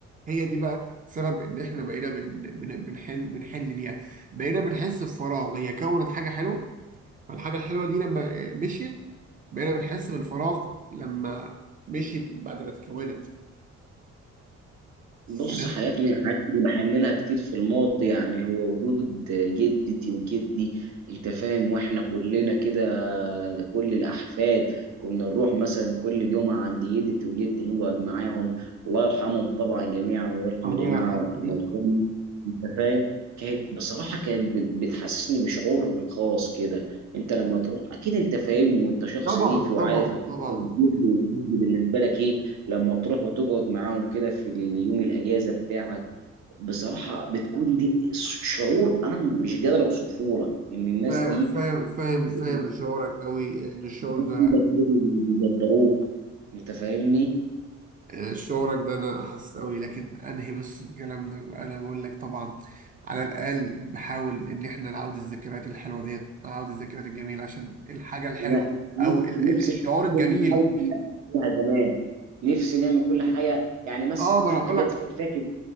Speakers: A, on the right; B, on the right.
A: هي دي بقى سبب ان احنا بقينا بن- بن- بنحن بنحن ليها بقينا بنحس بفراغ هي كونت حاجه حلوه فالحاجة الحلوة دي لما مشيت بقينا بنحس بالفراغ لما مشيت بعد ما اتكونت
B: بص
A: عرفت؟
B: حاجات من الحاجات اللي بحن لها كتير في الماضي يعني هو وجود جدتي وجدي انت فاهم واحنا كلنا كده كل الاحفاد كنا نروح مثلا كل جمعه عند جدتي وجدي نقعد معاهم الله يرحمهم طبعا جميعا ويرحم
A: ربنا
B: جميع
A: يرحمه
B: موتانا
A: يعني
B: انت فاهم كانت بصراحه كانت بت- بتحسسني بشعور خاص كده انت لما تروح اكيد انت فاهمني وانت شخص
A: طبعا
B: ريفي
A: طبعا
B: وعارف ان
A: طبعا
B: انت الجد والجد بالنسبه لك ايه لما تروح وتقعد معاهم كده في اليوم الاجازه بتاعك بصراحه بتكون دي شعور انا مش قادر اوصفه لك ان الناس
A: آه،
B: دي
A: فاهم فاهم
B: الناس
A: فاهم شعورك قوي ان الشعور
B: دي
A: ده
B: بجد بيقدروك انت فاهمني
A: <laughs> آه، شعورك ده انا حاسس قوي لكن انهي بس الكلام ده انا بقول لك طبعا على الاقل نحاول ان احنا نعود الذكريات الحلوه ديت نعود الذكريات الجميله عشان الحاجه الحلوه
B: انا
A: او ال-
B: نفسي
A: ال- الشعور
B: نفسي
A: الجميل
B: نعمل كل حاجه كنا بنعملها زمان نفسي نعمل كل حاجه يعني مثلا
A: اه ما انا بقول
B: حاجات
A: لك
B: فاكر